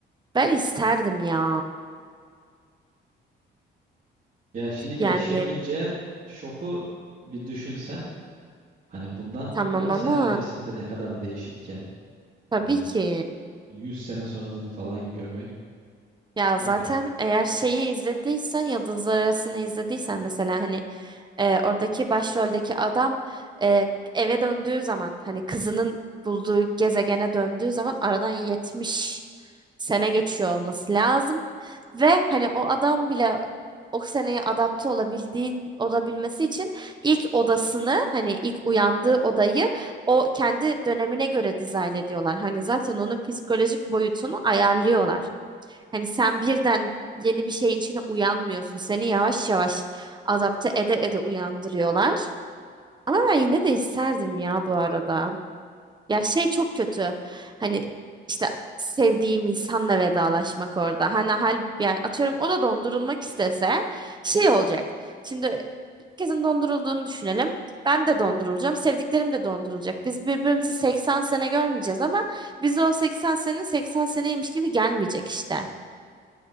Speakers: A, on the right; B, on the right.
A: Ben isterdim ya.
B: Ya şimdi
A: Yani
B: yaşayabileceğin şoku bir düşünsen hani bundan
A: tamam
B: 10 sene
A: ama
B: öncesi bile ne kadar değişikken
A: tabii
B: hani
A: ki.
B: 100 sene sonrasını falan görmek
A: Ya
B: bilmiyorum.
A: zaten eğer şeyi izlediysen Yıldızlar Arası'nı izlediysen mesela hani e, oradaki başroldeki adam e, eve döndüğü zaman hani kızının bulduğu gezegene döndüğü zaman aradan 70 sene geçiyor olması lazım. Ve hani o adam bile o seneye adapte olabildiğin olabilmesi için ilk odasını hani ilk uyandığı odayı o kendi dönemine göre dizayn ediyorlar. Hani zaten onun psikolojik boyutunu ayarlıyorlar. Hani sen birden yeni bir şeyin içine uyanmıyorsun. Seni yavaş yavaş adapte ede ede uyandırıyorlar. Ama ben yine de isterdim ya bu arada. Ya şey çok kötü. Hani işte sevdiğim insanla vedalaşmak orada. Hani hal yani atıyorum o da dondurulmak istese şey olacak. Şimdi herkesin dondurulduğunu düşünelim. Ben de dondurulacağım. Sevdiklerim de dondurulacak. Biz birbirimizi 80 sene görmeyeceğiz ama bize o 80 sene 80 seneymiş gibi gelmeyecek işte.